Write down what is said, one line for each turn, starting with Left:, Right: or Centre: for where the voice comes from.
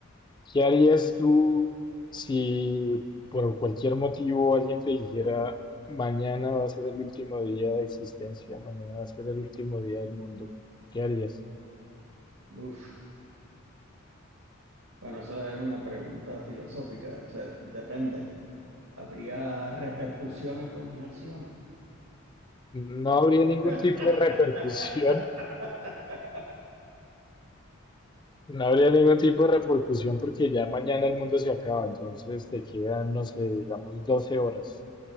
Left: ¿Qué harías tú si por cualquier motivo alguien te dijera, mañana va a ser el último día de existencia, mañana va a ser el último día del mundo? ¿Qué harías?
Right: Uf. Bueno, esa es una pregunta filosófica. O sea, depende. ¿Habría repercusiones por mis acciones?
Left: No habría
Right: <laughs>
Left: ningún tipo de repercusión, no habría ningún tipo de repercusión porque ya mañana el mundo se acaba, entonces te quedan, no sé, digamos 12 horas.